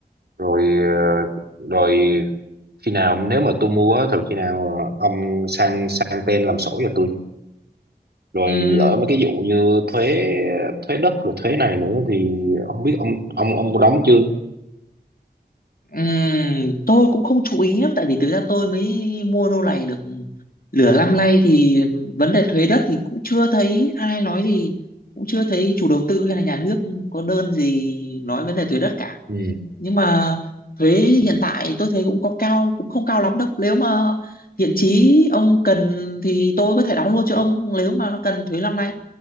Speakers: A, on the right; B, on the left.
A: rồi ờ, rồi khi nào nếu mà tôi mua á, thì khi nào ờ, ông sang sang tên làm sổ cho tôi rồi
B: Ừm,
A: lỡ mấy cái vụ như thuế thuế đất rồi thuế này nữa thì không biết ông ông ông có đóng chưa
B: ừm, tôi cũng không chú ý lắm tại vì thực ra tôi mới mua lô này được nửa năm nay thì vấn đề thuế đất thì cũng chưa thấy ai nói gì, cũng chưa thấy chủ đầu tư hay là nhà nước có đơn gì nói vấn đề thuế đất cả.
A: ừ.
B: nhưng mà thuế hiện tại tôi thấy cũng có cao cũng không cao lắm đâu nếu mà thiện chí ông cần thì tôi có thể đóng luôn cho ông nếu mà nó cần thuế năm nay